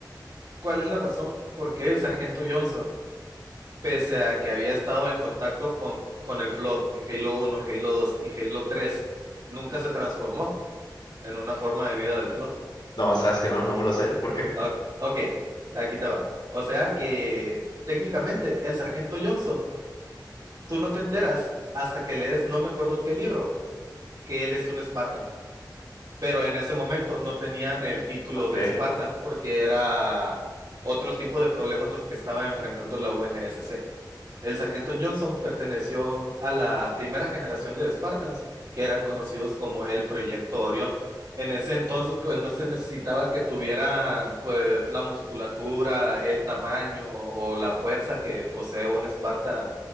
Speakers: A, on the right; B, on the left.
A: cuál es la razón por qué el sargento Johnson, pese a que había estado en contacto con, con el Flood en Halo uno, Halo dos y Halo tres, nunca se transformó en una forma de vida del Flood?
B: no, sabes que no, no me lo sé. ¿Por qué?
A: O- ok, aquí te va. O sea que técnicamente el sargento Johnson, tú no te enteras hasta que lees, no me acuerdo qué libro, que él es un Spartan. pero en ese momento no tenían el título
B: Ok,
A: de Spartan porque era otro tipo de problemas los que estaba enfrentando la UNSC. El sargento Johnson perteneció a la primera generación de Spartans, que eran conocidos como el Proyecto Orión. En ese entonces, pues no se necesitaba que tuvieran pues la musculatura, el tamaño o la fuerza que posee un Spartan,